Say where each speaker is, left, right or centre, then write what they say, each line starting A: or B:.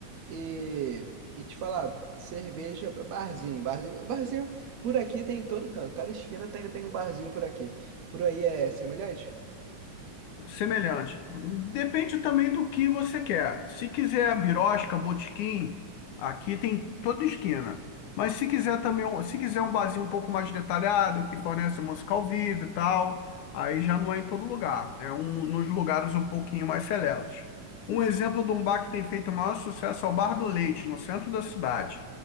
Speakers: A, on the right (about 65°); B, on the left (about 75°).
A: E, e te falar, cerveja para barzinho, barzinho, barzinho por aqui tem em todo canto, cada esquina tem, tem um barzinho por aqui. Por aí é semelhante?
B: Semelhante. Depende também do que você quer. Se quiser a birosca, botequim, aqui tem em toda esquina. Mas se quiser também, um- se quiser um barzinho um pouco mais detalhado, que fornece música ao vivo e tal, aí já não é em todo lugar. É um, nos lugares um pouquinho mais seletos. Um exemplo de um bar que tem feito o maior sucesso é o Bar do Leite, no centro da cidade.